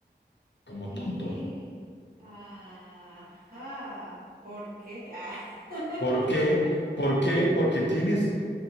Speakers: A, on the right; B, on the left.
A: <gasps>
B: como
A: Eh,
B: tonto.
A: Ajá, ¿por qué? Ah. <laughs>
B: ¿Por qué? ¿Por qué? Porque tienes,